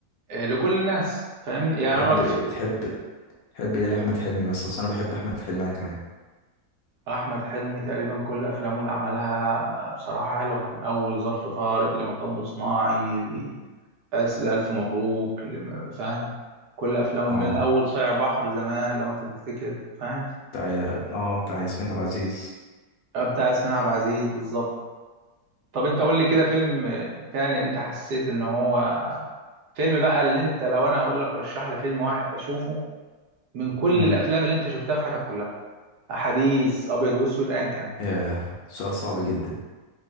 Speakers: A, on the right; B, on the left.
A: آه، لكل الناس فاهمني يعني
B: تحب
A: اقول لك
B: تحب تحب إيه لأحمد حلمي مثلا أصل أنا بحب أحمد حلمي أنا كمان
A: احمد حلمي تقريبا كل افلامه اللي عملها بصراحه حلوه من اول ظرف طارق لمطب صناعي لأس لألف مبروك لم- فاهم كل افلامه من
B: اه
A: اول صايع بحر زمان لو انت تفتكر فاهم
B: بتاع اه بتاع ياسمين عبد العزيز
A: بتاع ياسمين عبد العزيز بالظبط طب انت قول لي كده فيلم تاني انت حسيت ان هو فيلم بقى اللي انت لو انا هقول لك رشح لي فيلم واحد اشوفه من كل
B: مم.
A: الافلام اللي انت شفتها في حياتك كلها احاديث ابيض واسود ايا كان
B: ياه سؤال صعب جدا